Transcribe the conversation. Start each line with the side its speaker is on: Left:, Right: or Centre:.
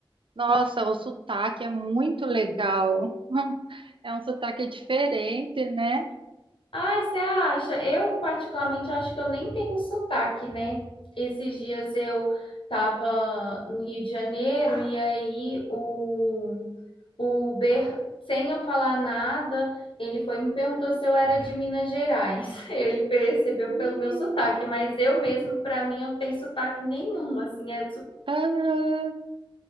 Right: Nossa, o sotaque é muito legal. <laughs> É um sotaque diferente, né?
Left: Ai, você acha? Eu, particularmente, acho que eu nem tenho sotaque, né? Esses dias eu tava no Rio de Janeiro e aí o, o Uber, sem eu falar nada, ele foi e me perguntou se eu era de Minas Gerais. <laughs> Ele percebeu
Right: Hum,
Left: pelo meu sotaque, mas eu mesmo, pra mim, eu não tenho sotaque nenhum, assim, é
Right: aham.